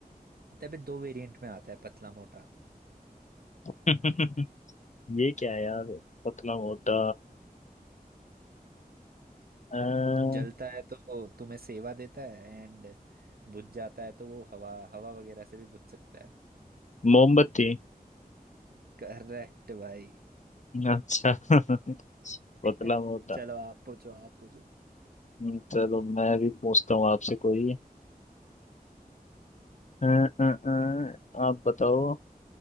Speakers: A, on the right (about 75°); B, on the left (about 50°).
A: मतलब ये दो वेरिएंट में आता है पतला मोटा
B: <laughs> ये क्या है यार पतला मोटा अ,
A: जलता है तो तुम्हें सेवा देता है एंड बुझ जाता है तो वो हवा हवा वगैरह से भी बुझ सकता है
B: मोमबत्ती
A: करेक्ट भाई
B: अच्छा <laughs> पतला
A: <laughs>
B: मोटा
A: चलो आप पूछो आप पूछो
B: हम्म, चलो मैं भी पूछता हूँ आपसे कोई अ, अ, अ, आप बताओ